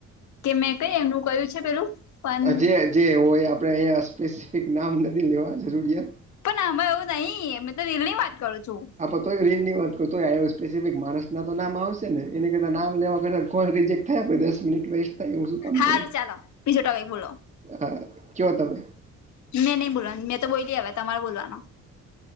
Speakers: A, on the left; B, on the right.
A: કે મેં કઈ એમનું કયું છે પેલું? પણ
B: જે જે હોય આપણેે અહીયા સ્પેસિફિક નામ નથી લેવા જરૂરિયા
A: પણ આમાં એવું નહી અમે તો રીલ ની વાત કરું છું.
B: આપ તોય રીન ની વાત કરય આવ સ્પેસિફિક માણસ ના તો નામ આવશે ને એની કરતા નામ લેવા કરતા કોણ રિજેક્ટ થાય આપણે દસ મિનિટ વેસ્ટ થાય એવું. કામ
A: હા
B: કરું
A: ચાલો બીજો ટોપીક બોલો.
B: હા કયો તમે
A: મેં નહીં બોલવાની મે તો બોલી હશે તમારે બોલવાનો.